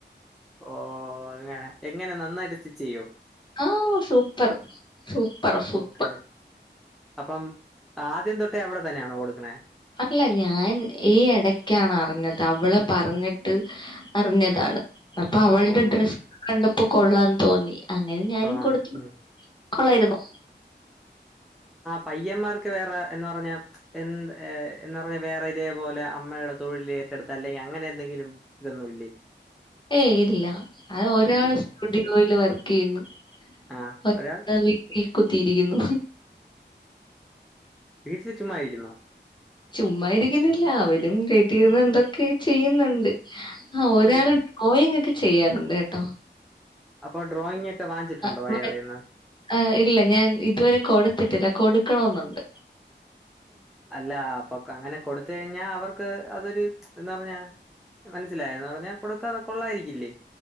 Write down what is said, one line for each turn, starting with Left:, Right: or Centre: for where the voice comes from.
Centre: ഓഹ് അങ്ങനെ എങ്ങനെ നന്നായിട്ട് സ്റ്റിച്ച് ചെയ്യോ
Left: ആഹ് സൂപ്പർ സൂപ്പർ സൂപ്പറാ
Centre: ഓക്കെ അപ്പം ആദ്യം തൊട്ടേ അവടെ തന്നെയാണോ കൊടുക്കണേ
Left: അല്ല ഞാൻ ഈഹ് എടക്കാണ് അറിഞ്ഞത് അവള് പറഞ്ഞിട്ട് അറിഞ്ഞതാണ് അപ്പോ അവൾടെ
Centre: ഓ
Left: ഡ്രസ്സ് കണ്ടപ്പോ കൊള്ളാന്ന് തോന്നി അങ്ങനെ ഞാനും
Centre: തോന്നി
Left: കൊടുത്തു
Centre: ഉം
Left: കൊള്ളാരുന്നു.
Centre: പയ്യമാർക്ക് വേറെ എന്ന് പറഞ്ഞാ എ എന്ന് പറഞ്ഞാ വേറെ ഇതേപോലെ അമ്മടെ തൊഴില് ക്കെടുത്ത അല്ലെ അങ്ങനെ എന്തെങ്കിലും ഇതൊന്നുവില്ലേ
Left: ഏയ് ഇല്ല അത് ഒരാള്
Centre: ഇല്ല
Left: സ്റ്റുഡിയോയില് വർക്ക് ചെയ്യുന്നു <unintelligible>
Centre: ആഹ് ഒരാൾ
Left: വീട്ടി കുത്തിയിരിക്കുന്നു.
Centre: വീട്ടിൽ ചുമ്മാ ഇരിക്കുന്നോ
Left: ചുമ്മാ ഇരിക്കുന്നില്ല അവരും വീട്ടി ഇരുന്ന് എന്തൊക്കെ ചെയ്യുന്നുണ്ട്. ആ ഒരാള്
Centre: ഒരു
Left: ഡ്രോയിങ് ഒക്കെ ചെയ്യാറുണ്ട് കേട്ടോ
Centre: അപ്പോ ഡ്രോയിങ് ഒക്കെ വാങ്ങിച്ചിട്ടുണ്ടോ
Left: ആ മ
Centre: അയാളെന്ന്
Left: ആ ഇല്ല ഞാൻ ഇതുവരെ കൊടുത്തിട്ടില്ല കൊടു ക്കണമെന്നുണ്ട്
Centre: അല്ല അപ്പ അങ്ങനെ കൊടുത്ത് കഴിഞ്ഞാൽ അവർ വക്ക് അതൊരു എന്താ പറഞ്ഞാ മനസ്സിലായോ എന്ന് പറഞ്ഞാ കൊടുത്ത കൊള്ളായിരിക്കില്ലേ?